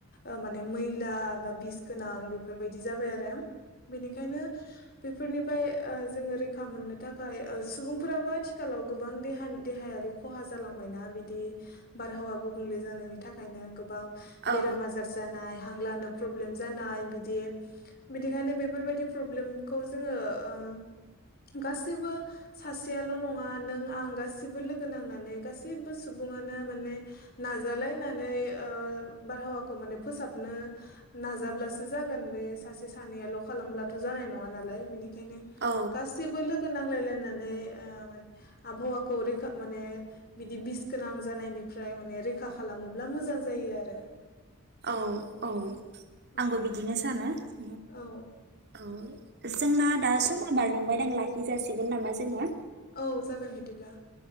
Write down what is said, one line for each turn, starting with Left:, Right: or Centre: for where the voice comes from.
Left: ओ माने मैला बा बिस गोनां बेफोरबायदि जाबायआरो बेनिखायनो बेफोरनिफ्राय ओ जोङो रैखा मोननो थाखाय ओ सुबुंफोराबो आथिखालाव गोबां देहानि देहायारि खहा जालांबायना बिदि बारहावा गुबुंले जानायनि थाखायनो गोबां बेराम
Right: औ
Left: आजार जानाय हांलानो प्रब्लेम जानाय बिदि बिदिखायनो बेफोरबायदि प्रब्लेमखौ जोङो ओम गासैबो सासेयाल' नङा नों आं गासिबो लोगो नांनानै गासैबो सुबुङानो माने नाजालायनानै ओ बारहावाखौ माने फोसाबनो नाजाब्लासो जागोन बे सासे सानैयाल' खालामब्लाथ' जानाय नङा नालाय बिनि नायनो
Right: औ
Left: गासैबो लोगो सो नांलायलायनानै <unintelligible> आबहावाखौ रैखा माने बिदि बिष गोनां जानायनिफ्राय माने रैखा खालामोब्ला मोजां जायो आरो।
Right: औ औ आंबो
Left: औ
Right: बिदिनो सानो। <unintelligible>
Left: औ
Right: जोंना दा समा बारलांबायदां लाखि जाासिगोन नामा जोङो।
Left: औ जागोन बिदिब्ला।